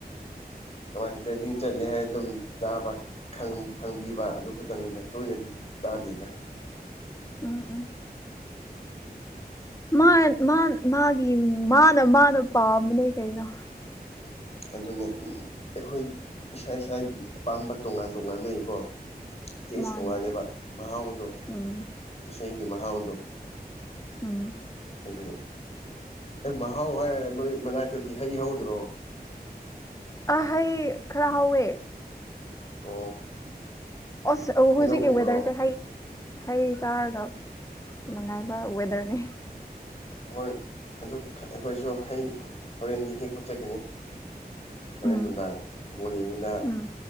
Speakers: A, on the left (about 40°); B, on the left (about 20°).
A: ꯀꯃꯥꯏꯅ ꯇ꯭ꯔꯦꯟꯗꯤꯡ ꯆꯠꯂꯦ ꯍꯥꯏ ꯑꯗꯨꯝ ꯇꯥꯕ ꯈꯪ ꯈꯪꯕꯤꯕ ꯑꯗꯨ ꯈꯇꯪꯅꯤꯗ ꯇꯣꯏꯅꯗꯤ ꯇꯥꯗꯦꯗ <inaudible>
B: ꯎꯝ ꯎꯝ ꯃꯥꯟ ꯃꯥꯟ ꯃꯥꯒꯤ ꯃꯥꯅ ꯃꯥꯅ ꯄꯥꯝꯕꯅꯦ ꯀꯩꯅꯣ
A: ꯑꯗꯨꯅꯦ ꯎꯝ ꯑꯩꯈꯣꯏꯒꯤ ꯏꯁꯥ ꯏꯁꯥꯒꯤ ꯑꯄꯥꯝꯕ ꯇꯣꯉꯥꯟ ꯇꯣꯉꯥꯟꯅꯩ ꯀꯣ ꯇꯦꯁ
B: ꯃꯥꯅꯦ
A: ꯇꯣꯉꯥꯜꯂꯦꯕ ꯃꯍꯥꯎꯗꯣ
B: ꯎꯝ
A: ꯏꯁꯩꯒꯤ ꯃꯍꯥꯎꯗꯣ
B: ꯎꯝ
A: ꯑꯗꯨ ꯑꯦ ꯃꯍꯥꯎ ꯍꯥꯏꯔꯒ ꯅꯣꯏ ꯃꯅꯥꯛꯇꯗꯤ ꯍꯩ ꯍꯧꯗ꯭ꯔꯣ
B: ꯑ ꯍꯩ ꯈꯔ ꯍꯧꯋꯦ
A: ꯑꯣ
B: ꯑꯣꯁ ꯑꫭ
A: ꯍꯩꯅꯧꯒꯨꯝꯕꯔꯣ
B: ꯍꯨꯖꯤꯛꯀꯤ ꯋꯦꯗꯔꯁꯦ ꯍꯩ ꯍꯩ ꯆꯥꯔꯒ ꯅꯨꯡꯉꯥꯏꯕ ꯋꯦꯗꯔꯅꯦ
A: ꯍꯣꯏ ꯑꯗꯨ ꯑꯩꯈꯣꯏꯁꯨ ꯍꯩ ꯍꯣꯔꯦꯟꯗꯤ ꯍꯦꯛꯄ ꯆꯠꯀꯅꯤ꯫ ꯍꯣꯔꯦꯟ
B: ꯎꯝ
A: ꯅꯨꯡꯗꯥꯡ ꯕꯣꯜ ꯌꯦꯡꯕꯗ
B: ꯎꯝ